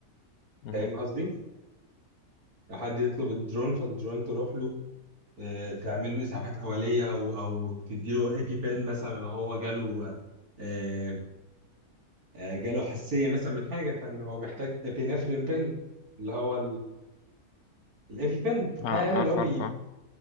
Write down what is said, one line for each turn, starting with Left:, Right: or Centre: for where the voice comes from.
Left: مهم.
Right: فاهم قصدي؟ لو حد يطلب الدرون فالدرون تروح له آه، تعمل له اسعافات اوليه او او تدي له ايبي بين مثلا لو هو جاله آه، آه، جاله حساسيه مثلا من حاجه فان هو محتاج ابينفرين بين اللي هو الايبي بين بتاع
Left: اه
Right: يلا اللي
Left: عارف
Right: هو بي
Left: عارف اه